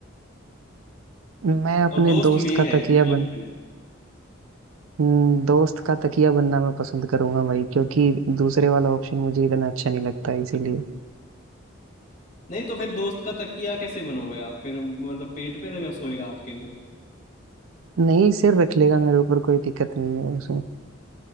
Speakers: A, on the right; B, on the left.
A: मैं अपने
B: और दोस्त
A: दोस्त
B: मेल
A: का
B: है
A: तकिया
B: मेल
A: बन
B: फ्रेंड
A: हम्म, दोस्त का तकिया बनना मैं पसंद करूंगा भाई क्योंकि दूसरे वाला ऑप्शन मुझे इतना अच्छा नहीं लगता इसीलिए
B: नहीं तो फिर दोस्त का तकिया कैसे बनोगे आप फिर मतलब पेट पे रहेगा सोएगा आपके वो
A: नहीं सिर रख लेगा मेरे ऊपर कोई दिक्कत नहीं है उसमें